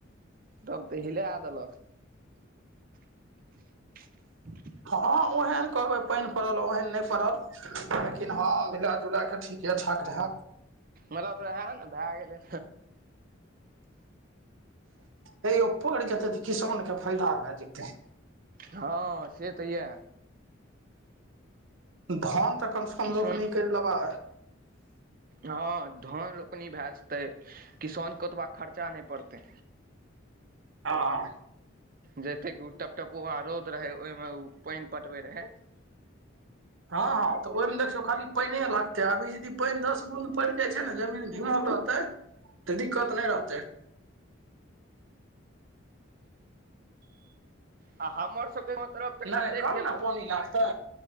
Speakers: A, on the right (about 45°); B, on the right (about 80°).
A: तब तऽ हिलै देलक। <inaudible>
B: हँ ओहन कहबै पाइन पड़ल ओहन नै पड़ल। लेकिन हँ मिला जुला कऽ ठीके ठाक रहय।
A: मतलब रहै ने, भैऽ गेलै।
B: तैयो पैड़ जेतै तऽ किसान के फैदा भैऽ जेतै।
A: हँ से तऽ यै।
B: धान तऽ कमसँ कम
A: किसान
B: रोपनि कएर लेबय।
A: हँ धान रोपनि भए जेतै। किसानकेँ ओतबा खर्चा नइ पड़तै।
B: हँ।
A: जतेक ओ टपटपउआ रौद रहय, ओइमे ओ पाइन पटबय रहय।
B: हँ- हँ तऽ ओइमे देखियौ खाली पाइने लागतै, अभी यदि पाइन दस बुंद पैड जाइ छै ने, जमीन भींगल रह तै तऽ दिक्कत नय रहतै।
A: आ हमर सबके गांव तरफ तऽ
B: नहि
A: कतेक
B: कम
A: जे
B: ने
A: प
B: पानि लागतै